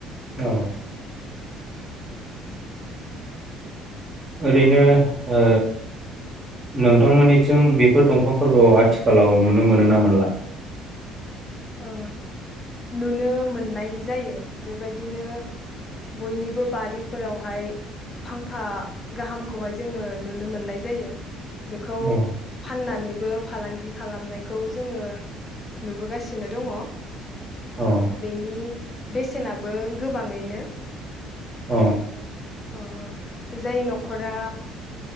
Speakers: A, on the right; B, on the left.
A: औ ओरैनो ओ नोंथांमोननिथिं बेफोर दंफांफोरखौ आथिखालाव नुनो मोनो ना मोनला?
B: ओ नुनो मोननाय जायो। बेबायदिनो बयनिबो बारिफोरावहाय फांफा गाहामखौहाय जोङो नुनो मोननाय जायो। बेखौ
A: औ
B: फाननानै ब फालांगि खालामनायखौ जोङो नुबोगासिनो। नो दङ।
A: औ
B: बेनि बेसेनाबो गोबाङैनो
A: अ
B: अ जाय न'खरा